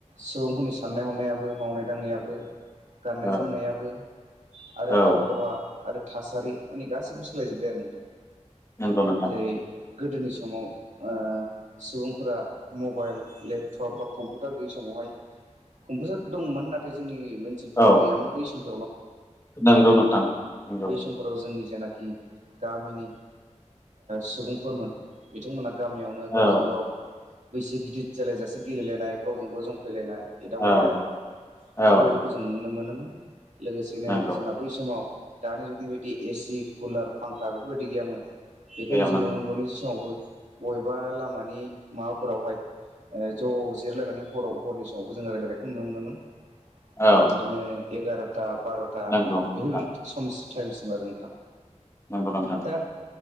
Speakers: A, on the right (about 80°); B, on the left (about 25°).
A: सुबुंफोरनि साननाय हनायाबो मावनाय दांनायाबो गाननाय
B: औ
A: जोमनायाबो आरो
B: औ
A: आबहावा आरो थासारि माने गासैबो गासैबो सोलाय जोब्बाय आरो नोंथां
B: नंगौ नोंथां
A: जेरै गोदोनि समाव ओ सुबुंफोरा मबाइल लेपटब लेपटप बा कम्पिउटार गयै समावहाय कम्पिउटार दंमोन नाथाय जोंनि ओनसोलाव
B: औ
A: गैयामोन बै समाव
B: नंगौ नोंथां नंगौ
A: बै समफोराव जोंनि जेनाखि गामिनि ओ सुबुंफोरमोन बिथांमोना गामियावनो गावजों
B: औ
A: गाव बैसो गिदिर जालायजासे गेलेलायनाय गावजों गाव जंखायलायनाय एदावलायनाय
B: औ औ
A: बेफोरबायदिखौ जों नुनो मोनोमोन लोगोसेनो
B: नंगौ
A: जोंहा बै समाव दानि जुगनि बायदि एसि कुलार फांखा बेफोरबायदि गैयामोन बेखायनो
B: गैयामोन
A: जोङो उन्दुनाय समावबो बबेबा लामानि माबाफोरावहाय ओ ज' जिरायलायनानै हराव हरनि समावबो जोङो रायज्लायनायखौ नुनो मोनोमोन।
B: औ
A: जों बिदिनो एगार'था बार'था
B: नंगौ नोंथां
A: बेफोरबायदि सम टायेमसिम आरो नोंथां।
B: नंगौ नोंथां।
A: दा